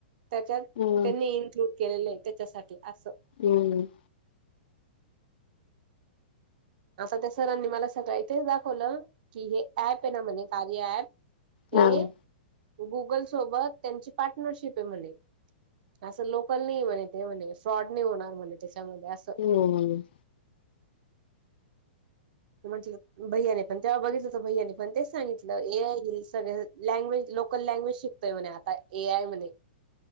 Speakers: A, on the right; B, on the left.
A: त्याच्यात
B: हम्म
A: त्यांनी इन्क्लूड केलेलं आहे त्याच्यासाठी असं.
B: हम्म!
A: आता त्या सरांनी मला सगळं इथेच दाखवलं की हे ऍप आहे ना म्हणे कार्य ऍप हे
B: हा हम्म
A: गुगल सोबत त्यांची पार्टनरशिप आहे म्हणे. असं लोकल नाही म्हणे ते म्हणे फ्रॉड नाही होणार म्हणे त्याच्यामध्ये असं.
B: हम्म!
A: म्हटलं भैयाने पण तेव्हा बघितलं तर भैयानी पण तेच सांगितलं ए आय ही सगळं लँग्वेज लोकल लँग्वेज शिकतय म्हणे आता ए आय म्हणे.